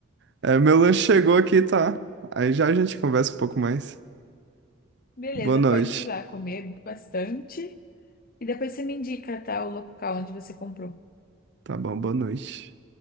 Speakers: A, on the right; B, on the left.
A: É, meu lanche chegou aqui, tá? Aí já a gente conversa um pouco mais.
B: Beleza,
A: Boa noite.
B: pode ir lá comer bastante. E depois você me indica, tá, o local onde você comprou.
A: Tá bom, boa noite.